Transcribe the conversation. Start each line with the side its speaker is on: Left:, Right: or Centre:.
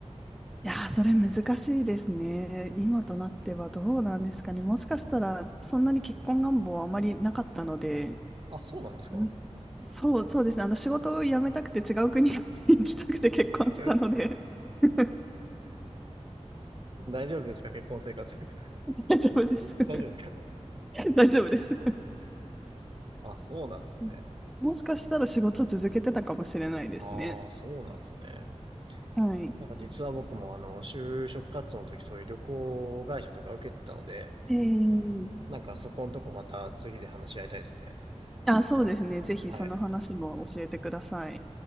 Centre: いやー、それ難しいですね。今となってはどうなんですかね。もしかしたら、そんなに結婚願望はあまりなかったので、
Right: あ、そうなんですか
Centre: うんそう、そうですね。あの、仕事を辞めたくて違う国に <laughs> 行きたくて結婚したので
Right: <laughs>
Centre: <laughs>
Right: 大丈夫ですか結婚生活。<laughs>
Centre: 大丈夫です
Right: 大丈夫ですか
Centre: <laughs> 大丈夫です。
Right: あ、そうなんですね。
Centre: <laughs> もしかしたら仕事続けてたかもしれないですね。
Right: ああ、そうなんですね。
Centre: はい。
Right: なんか実は僕もあの、就職活動の時そういう旅行会社とか受けてたので、
Centre: えー、
Right: なんかそこのとこまた次で話し合いたいですね。
Centre: あ、そうですね。ぜひその話も教えてください。
Right: はい。